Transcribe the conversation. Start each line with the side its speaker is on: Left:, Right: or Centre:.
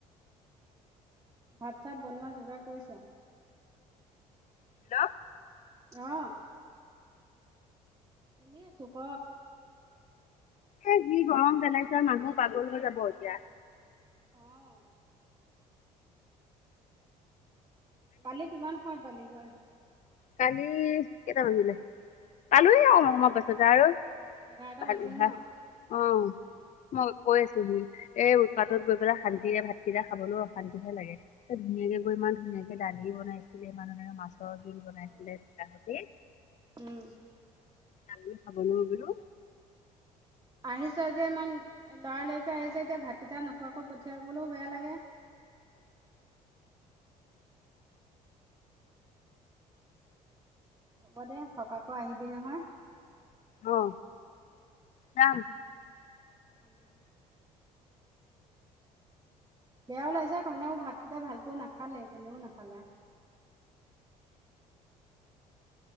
Right: ভাত চাত বনোৱা যোগাৰ কৰিছ?
Left: হেল্ল',
Right: অ', শুনি আছো ক?
Left: এ যি গৰম পেলাইছে মানুহ পাগল হৈ যাব এতিয়া।
Right: অ', কালি কিমান সময়ত পালি গৈ?
Left: কালি কেইটা বাজিলে পালোৱেই অকমান সময়ৰ পাছতে আৰু।
Right: এঘাৰটা
Left: ভালো
Right: বাজিল
Left: ভা
Right: ন
Left: অহ, মই কৈ আছোঁ হি এই উৎপাতত গৈ পেলাই শান্তিৰে ভাতকেইটা খাবলৈও অশান্তিহে লাগে এ ধুনীয়াকে গৈ ইমান ধুনীয়াকে এইপিনে দালিও বনাইছিলে ইমান মাছৰ জোল বনাইছিলে
Right: অঁ
Left: তাহতি।
Right: উম।
Left: আমি খাবলৈ বুলো
Right: আহিছে যে ইমান লৰালৰিকে আহিছে এতিয়া ভাতকেইটা নোখোৱাকৈ পঠিয়াবলৈও বেয়া লাগে। হ'ব দে থকাকৈ আহিবি নহয়?
Left: অ, যাম।
Right: <inaudible> বেয়া ওলাই কনেও ভাতকেইটা ভালকৈ নাখালে কোনেও নাখালা।